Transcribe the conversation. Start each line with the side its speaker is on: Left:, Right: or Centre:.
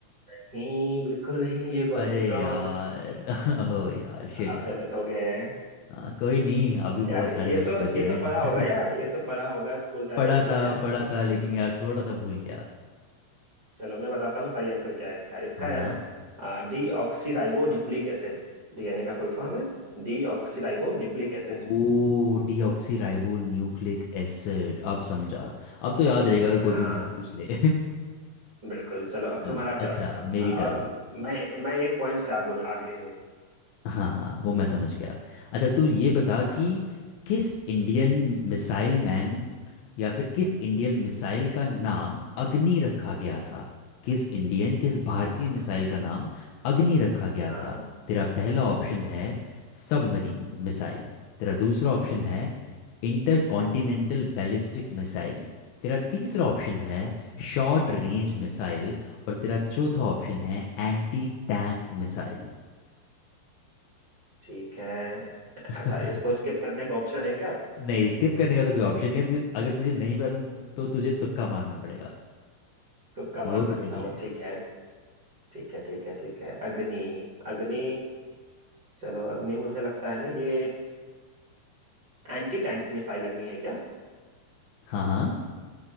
Right: नहीं बिल्कुल नहीं यू गॉट
Left: अरे
Right: इट रॉन्ग
Left: यार <laughs> ओ यार शिट
Right: आप
Left: यार
Right: गलत हो गए हैं
Left: हाँ कोई नहीं अभी बहुत
Right: यार
Left: सारे
Right: ये
Left: क्वेश्चन
Right: तो
Left: बचे
Right: ये
Left: हैं
Right: तो पढ़ा होगा यार ये तो पढ़ा होगा स्कूल
Left: <laughs>
Right: टाइम
Left: पढ़ा
Right: में भूल
Left: था
Right: गया
Left: पढ़ा था लेकिन यार थोड़ा सा भूल गया
Right: चलो मैं बताता हूँ सही आंसर क्या है इसका इसका
Left: हाँ
Right: है ना deoxyribonucleic acid DNA का फुल फॉर्म है D oxy ribo nucleic acid
Left: ओ डीऑक्सी राइबो न्यूक्लिक एसिड अब समझा अब तो याद रहेगा अगर
Right: हाँ
Left: कोई भी मुझे पूछ ले
Right: बिल्कुल चलो अब
Left: <laughs>
Right: तुम्हारा
Left: अच्छा
Right: टर्न अब तुम्हारा
Left: मेरी टर्न
Right: और मैं मैं एक पॉइंट से आगे आगे हूँ
Left: हाँ हाँ वो मैं समझ गया अच्छा तू ये बता कि
Right: हाँ
Left: किस इंडियन मिसाइल मैन या फिर किस इंडियन मिसाइल का नाम अग्नि रखा गया था किस इंडियन किस भारतीय मिसाइल का नाम अग्नि रखा गया
Right: हाँ
Left: था तेरा पहला ऑप्शन है सबमरीन मिसाइल तेरा दूसरा ऑप्शन है इंटर कॉन्टिनेंटल बैलिस्टिक मिसाइल तेरा तीसरा ऑप्शन है शॉर्ट रेंज मिसाइल और तेरा चौथा ऑप्शन है एंटी टैंक मिसाइल
Right: ठीक है
Left: <laughs>
Right: अच्छा इसको स्किप करने का ऑप्शन है क्या
Left: नहीं स्किप करने का तो कोई ऑप्शन नहीं है तुझे अगर तुझे नहीं पता तो, तो तुझे तुक्का मारना पड़ेगा
Right: तुक्का
Left: अब
Right: मार
Left: वो
Right: सकता
Left: तो देख
Right: हूँ
Left: ले
Right: ठीक है ठीक है ठीक है ठीक है अग्नि अग्नि चलो अग्नि मुझे लगता है ना ये एंटी टैंक मिसाइल अग्नि है क्या
Left: हाँ हाँ